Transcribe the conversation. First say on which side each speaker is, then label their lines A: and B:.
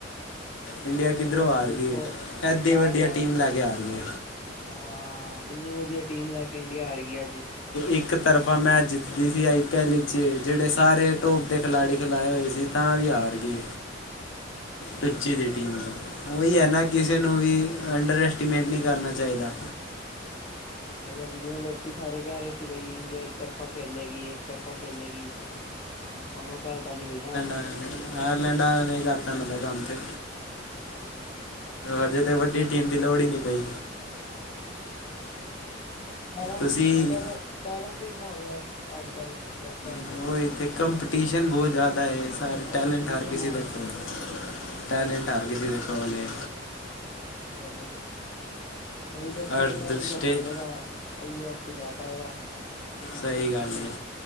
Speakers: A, on the left; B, on the left.
A: ਹਾਂਜੀ ਸਹੀ
B: ਇੰਡੀਆ ਕਿੱਧਰੋਂ
A: ਗੱਲ ਹੈ ਅੱਜ
B: ਆ ਰਹੀ ਐ, ਏਦੀ ਵੱਡੀਆਂ
A: ਆਇਰਲੈਂਡ
B: ਟੀਮ ਲੈ ਕੇ ਆ ਰਹੀ ਏ।
A: ਹਾਂ ਇੰਨੀ ਵਧੀਆ ਟੀਮ ਲੈ ਕੇ ਇੰਡੀਆ ਹਾਰ ਗਈ ਅੱਜ
B: ਇੱਕ ਤਰਫਾ ਮੈਂਚ ਜਿੱਤਦੀ ਸੀ ਆਈ ਪੀ ਐੱਲ ਵਿੱਚ ਜਿਹੜੇ ਸਾਰੇ ਟੋਪ ਦੇ ਖਿਲਾੜੀ ਖਿਲਾਏ ਹੋਏ ਸੀ। ਤਾਂ ਹੀ ਹਾਰ ਗਈ।
A: <inaudible>
B: ਟੁਚੀ
A: ਸਹੀ
B: ਦੀ
A: ਗੱਲ
B: ਟੀਮ,
A: ਏ।
B: ਉਹੀ ਐ ਨਾ ਕਿਸੇ ਨੂੰ ਵੀ ਅੰਡਰ ਐਸਟੀਮੇਟ ਨੀ ਕਰਨਾ ਚਾਹੀਦਾ।
A: ਹੋਲੋ ਹੁਣ ਜਿਵੇਂ ਲੋਕੀ ਸਾਰੇ ਕਹਿ ਰਹੇ ਸੀ ਬਾਈ ਇੰਡੀਆ ਇੱਕ ਤਰਫਾ ਖੇਲੇਗੀ, ਇੱਕ ਤਰਫਾ ਖੇਲੇਗੀ। ਹੁਣ ਉਹ ਗੱਲ ਤਾਂ ਨੀ ਰਹੀ ਨਾ।
B: ਹਾਂਜੀ। ਆਇਰਲੈਂਡ ਆਲੇਆ ਨੇ ਹੀ ਕਰਤਾ ਇਹਨਾਂ ਦਾ ਕੰਮ ਤੇ
A: ਲਾਲੇ।
B: ਹਜੇ ਤੇ ਵੱਡੀ ਟੀਮ ਦੀ ਲੋੜ ਹੀ ਨਹੀਂ ਪਈ।
A: ਟੈਟ
B: ਤੁਸੀਂ
A: ਟੈਲਟ ਹੀ ਹੋ ਗਿਆ, ਅੱਜ ਕੱਲ ਲੋਕਾਂ
B: ਉਹ
A: ਚ
B: ਇੱਥੇ ਕੰਪੀਟੀਸ਼ਨ ਬਹੁਤ ਜ਼ਿਆਦਾ ਐ‌ ਸਾਰੇ
A: ਕੰਪੀਟੀਸ਼ਨ
B: ਟੈਲੈਂਟ ਹਰ ਕਿਸੇ
A: ਹੈ।
B: ਦੇ ਕੋਲ ਟੈਲੈਂਟ ਹਰ ਕਿਸੀ ਦੇ ਕੋਲ ਏ।
A: ਸਹੀ ਗੱਲ ਐ, ਬਈ ਦੇਖੋ
B: ਹਰ
A: ਜਿਹੜਾ ਵਧੀਆ
B: ਸਟੇਟ
A: ਖੇਲੇਗਾ। ਉਈ ਯੋ ਅੱਗੇ ਜਾ ਪਾਏਂਗਾ।
B: ਸਹੀ ਗੱਲ ਏ।